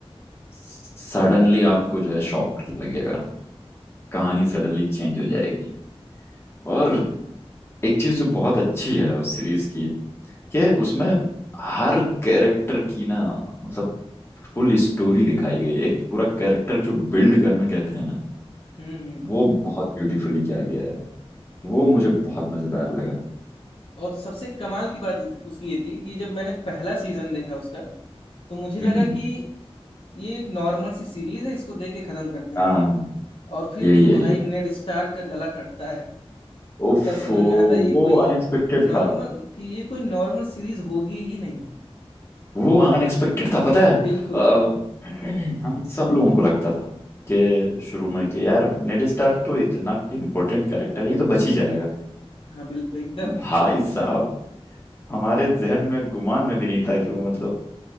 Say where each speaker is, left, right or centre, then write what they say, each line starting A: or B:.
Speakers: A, on the left (about 25°); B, on the left (about 60°).
A: सडनली आपको जो है शॉक लगेगा कहानी सडनली चेंज हो जाएगी और एक चीज जो बहुत अच्छी है उस सीरीज की कि उसमें हर कैरेक्टर की ना मतलब फुल स्टोरी दिखाई गई है। एक पूरा कैरेक्टर जो बिल्ड करना कहते हैं ना
B: हम्म हम्म
A: वो बहुत ब्यूटीफुली किया गया है वो मुझे बहुत मजेदार लगा
B: और सबसे कमाल की बात उस- उसकी ये थी कि जब मैंने पहला सीजन देखा उसका तो मुझे लगा
A: हम्म
B: कि ये एक नॉर्मल सी सीरीज है इसको देख के खत्म करते हैं
A: हाँ हाँ, हाँ।
B: और फिर
A: यही
B: जो
A: यही
B: भाई नेड स्टार का गला कटता है
A: उफ
B: तब समझ
A: वो
B: में आता है ये कोई
A: अनएक्सपेक्टेड
B: नॉर्मल
A: था
B: कि ये कोई नॉर्मल सीरीज होगी ही नहीं
A: वो अनएक्सपेक्टेड था पता है
B: बिल्कुल
A: अ, <clears throat> हम सब लोगों को लगता था कि शुरू में कि यार नेड स्टार्क तो इतना इम्पोर्टेंट कैरेक्टर है ये तो बच ही जाएगा
B: हाँ बिल्कुल एकदम
A: भाई साहब हमारे जहन में गुमान में भी नहीं था कि वो मतलब